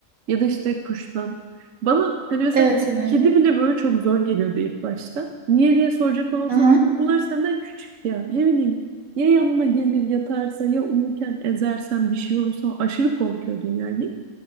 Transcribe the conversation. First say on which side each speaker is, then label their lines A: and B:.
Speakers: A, on the right (about 65°); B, on the right (about 85°).
A: Ya da işte kuştan. Bana hani mesela
B: <laughs> Evet evet.
A: kedi bile böyle çok zor geliyordu ilk başta. Niye diye soracak olursan
B: Aha.
A: bunlar senden küçük ya. Ne bileyim ya yanına gelir yatarsa ya uyurken ezersen bir şey olursa aşırı korkuyordum yani.